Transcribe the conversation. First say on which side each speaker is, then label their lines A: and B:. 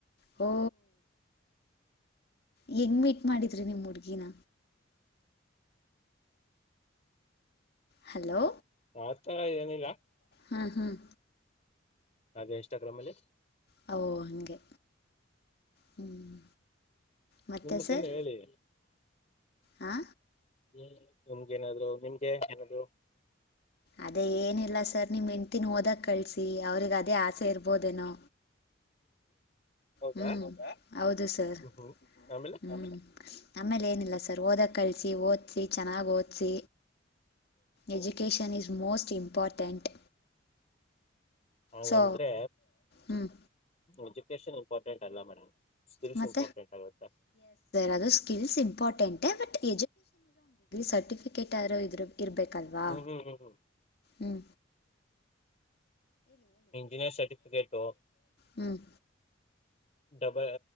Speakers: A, on the left (about 50°); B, on the left (about 35°).
A: ಹ ಹೆಂಗ್ ಮೀಟ್ ಮಾಡಿದ್ರಿ ನಿಮ್ ಹುಡ್ಗಿನ ಹಲೋ
B: ಆತರ ಏನಿಲ್ಲ
A: ಹ್ಮ್
B: ಹಾಗೆ ಇನ್ಸ್ಟಾಗ್ರಾಮ್ ಅಲ್ಲಿ
A: ಹಾ ಓ ಹಂಗೆ ಹ್ಮ್ ಮತ್ತೆ
B: ನಿಮ್ಮ್ದನು
A: ಸರ್
B: ಹೇಳಿ
A: ಹಾ
B: ಹ್ಮ್ ನಿಮ್ಗೇನಾದ್ರು ನಿಮ್ಗೆ ಏನಾದ್ರು
A: ಅದೇ ಏನಿಲ್ಲ ಸರ್ ನಿಮ್ಮ ಇ ತ್ತನ್ ಓದಕ್ ಕಳ್ಸಿ ಅವ್ರಿಗೆ ಅದೇ ಆಸೆ ಇರ್ಬೋದೇನೋ
B: ಹೌದಾ
A: ಹ್ಮ್ ಹೌದು ಸರ್
B: ಹ್ಮ್ ಹ್ಮ್ ಆಮೇಲೆ
A: ಹ್ಮ್ ಆಮೇಲೆ ಏನ ಸರ್ ಓದ ಕ ಓದಿ ಚೆನ್ನಾಗಿ ಓದ education is most important
B: ಹಂಗಂದ್ರೆ
A: so ಹ್ಮ್
B: ಎಜುಕೇಶನ್ ಇಂಪಾರ್ಟೆಂಟ್ ಅಲ್ಲ ಮೇಡಮ್ ಸ್ಕಿಲ್ಸ್
A: ಮರ್
B: ಇಂಪಾರ್ಟೆಂಟ್ ಆಗುತ್ತೆ
A: ಅಕಿಲ್ ಇಂಪ್ಟೆಂಜಡಿರ ಸರ್ಟಿಫಿಕೇಟ್ ಯಾರ ಇದ ಇರ್ಬೇಕಲ್ವಾ
B: ಹ್ಮ್ ಹ್ಮ್ ಹ್ಮ್ ಹ್ಮ್
A: ಹ್ಮ
B: ಎಂಜಿನಿಯರ್ ಸರ್ಟಿಫಿಕಟೋ
A: ಹ್ಮ್
B: ಡಬ